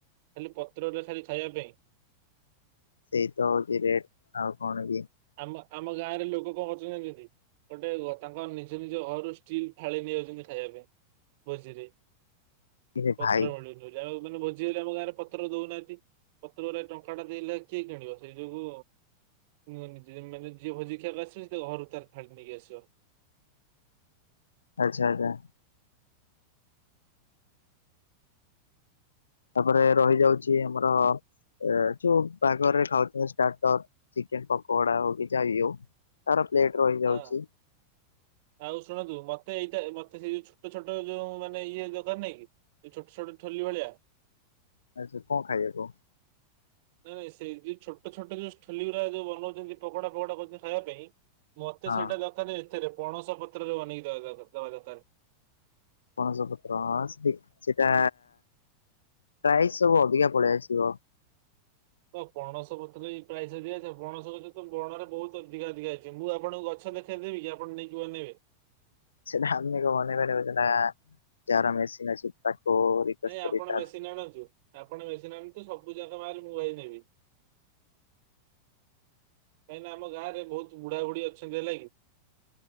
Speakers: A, on the right; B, on the left.
A: ଖାଲି ପତ୍ରରେ ଖାଲି ଖାଇବା ପାଇଁ
B: ଏଇତ ହଉଛି ରେଟ୍ ଆଉ କଣ କି
A: ଆମ ଆମ ଗାଁରେ ଲୋକ କଣ କରୁଛନ୍ତିି ଯାଣିଛନ୍ତି। ଗୋଟେ ଗ ତାଙ୍କ ନିଜ ନିଜ ଘରୁ ଷ୍ଟିଲ୍ ଥାଳି ନେଇଆଉଛନ୍ତି ଖାଇବା ପାଇଁ। ଭୋଜିିରେ
B: ଇରେ
A: ପତ୍ରଭଳି
B: ଭାଇ
A: ଯାହା ହଉଥିଲେ ଭୋଜିହେଲେ ଆମ ଗାଁରେ ପତ୍ର ଦଉନାହାନ୍ତି। ପତ୍ରରେ ଟଙ୍କା ଟା ଦେଲେ ଆଉ କିଏ କିଣିବ ସେଇ ଯୋଗୁଁ ମାନେ ଯିଏ ମାନେ ଯିଏ ଭୋଜି ଖାଇବାକୁ ଆସିବ ସେ ତା ଘରୁ ତାର ଥାଳି ନେଇକି ଆସିବ।
B: ଆଚ୍ଛା ଆଚ୍ଛା। ତାପରେ ରହି ଯାଉଛି ଆମର ଏ ଯୋଉ ବାହାଘରେ ଖାଉଚନ୍ତି ଷ୍ଟାର୍ଟର ଚିକେନ ପକୋଡା ହୋଉ କି ଯାହି ବି ହୋଉ। ତାର ପ୍ଲେଟ ରହିଯାଉଚି।
A: ହଁ ଆଉ ଶୁଣନ୍ତୁ ମତେ ଏଇଟା ମତେ ସେଇ ଯୋଉ ଛୋଟ ଛୋଟ ଯୋଉ ମାନେ ଇଏ ଦୋକାନ ନାଇଁ କି। ଏଇ ଛୋଟ ଛୋଟ ଠୋଲି ଭଳିଆ।
B: ଆଚ୍ଛା କଣ ଖାଇବା କ‌ଅ?
A: ନାଇଁ ନାଇଁ ସେ ଯୋଉ ଛୋଟ ଛୋଟ ଯୋଉ ଷ୍ଠୋଲିଉରା ଯୋଉ ବନୋଉଚନ୍ତି ପକୋଡା ଫକୋଡା କରୁଚନ୍ତି ଖାଇବା ପାଇଁ। ମତେ
B: ହଁ
A: ସେଇଟା ଦରକାର ଏଥିରେ ପଣସ ପତ୍ରରେ ବନେଇକି ଦବା ଦରକା ଦବା ଦରକାର।
B: ପଣସ ପତ୍ର ହଁ ସେ-ସେଟା ପ୍ରାଇସ ସବୁ ଅଧିକା ପଳେଇ ଆସିବ।
A: ତ ପଣସ ପତ୍ରର ବି ପ୍ରାଇସ ଅଧିକ ଥାଏ। ପଣସ ପତ୍ର ତ ବଣରେ ବୋହୁତ ଅଧିକା ଅଧିକା ଅଛି। ମୁଁ ଆପଣଙ୍କୁ ଗ ଛ ଦେଖେଇ ଦେବି କି ଆପଣ ନେଇକି ବନେଇବେ?
B: ସେଟାଃ ଆମ କଣ ବନେଇ ପାରିବୁ। ସେଟା ଯାହାର ମେସିନ୍ ଅଛି ତାକୁ ରିକ୍ୱେଷ୍ଟ
A: ନାଇଁ
B: କରି
A: ଆପଣ
B: ତାର
A: ମେସିନ୍ ଆଣନ୍ତୁ। ଆପଣ ମେସିନ୍ ଆଣନ୍ତୁ ସବୁ ଯାକ ମାଲ୍ ମୁଁ ଭାଇ ନେବି। କାହିଁକିନା ଆମ ଗାଁରେ ବୋହୁତ ବୁଢା ବୁଢୀ ଅଛନ୍ତି ହେଲା କିି,